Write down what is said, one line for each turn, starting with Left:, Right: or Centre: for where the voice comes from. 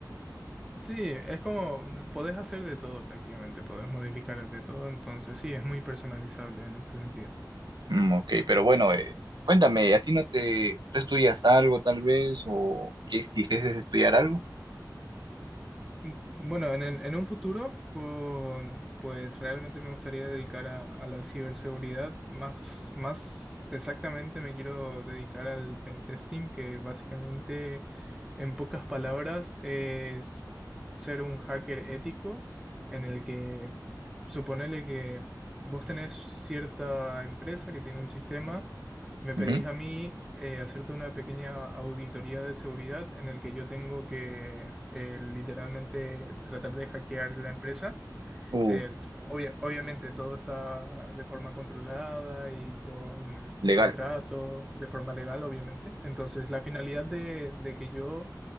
Centre: sí, es como, mm, podés hacer de todo prácticamente, podés modificar de todo, entonces sí, es muy personalizable en ese sentido.
Right: Mm, ok, pero bueno, eh, cuéntame, ¿a ti no te, tú estudias algo tal vez o quisieses estudiar algo?
Centre: Mm, Bueno, en, el- en un futuro, con- pues realmente me gustaría dedicar a, a la ciberseguridad. Más, más exactamente me quiero dedicar al pentesting, que básicamente, en pocas palabras, es ser un hacker ético en el que suponele que vos tenés cierta empresa que tiene un sistema. Me pedís
Right: Ujú.
Centre: a mí eh, hacerte una pequeña auditoría de seguridad en el que yo tengo que eh, literalmente tratar de hackear la empresa.
Right: Uh,
Centre: Eh, tú- obvia- obviamente todo está de forma controlada y con
Right: legal.
Centre: contrato, de forma legal, obviamente. Entonces, la finalidad de, de que yo